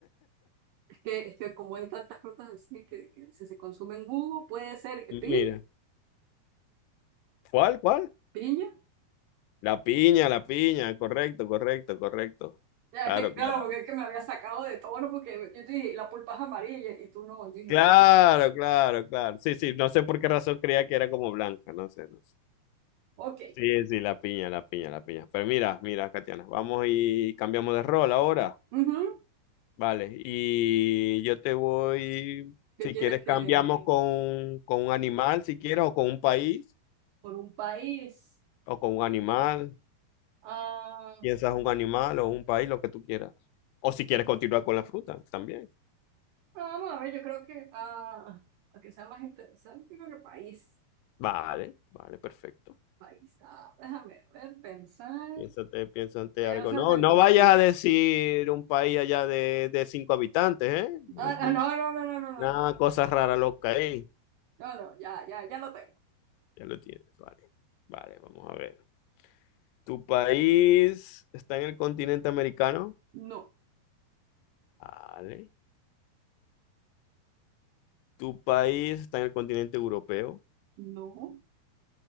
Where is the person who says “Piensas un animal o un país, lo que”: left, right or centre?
Left